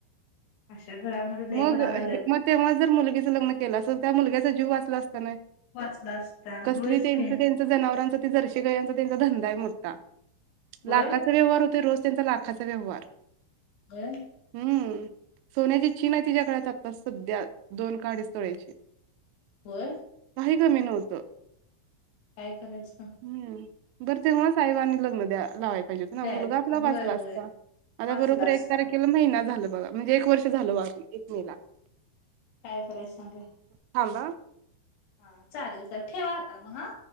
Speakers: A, on the left; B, on the right.
A: अशा घडामोडी लई
B: मग
A: घडा लागल्यात
B: मग तेव्हा जर मुलगीचं लग्न केलं असतं तर त्या मुलग्याचा जीव वाचला असता काय नाही?
A: वाचला असता
B: कसली
A: होयच
B: त्यां
A: की
B: जनाावारंचं जर्शी गयांचा त्यांचा धंदा मोठा.
A: होय
B: लाखां चा व्यवार होतोय रोज त्यांचा ला खाचा व्यवहार.
A: होय.
B: हम्म. सोन्याची चीन आहे तिच्या गळ्यात आता सध्या दोन का अडीच तोळ्याची.
A: होय.
B: काही कमी नव्हतं.
A: काय करायचं सांग.
B: हम्म. बरं तेव्हाच आई-बांनी लग्न द्या लावाय पाहिजे होत ना.
A: द्याय
B: मुलगा
A: पाहिजे
B: आपला
A: होय
B: बाजूला
A: होय
B: असता आता
A: वाचला
B: बरोबर
A: असता
B: एक तारखेला महिना झाला बघा. म्हणजे एक वर्ष झालं
A: होय
B: वारून एक मे ला.
A: काय करायच सांगा.
B: थांबा.
A: हा. चालेल ल ठेवा आता मग हा.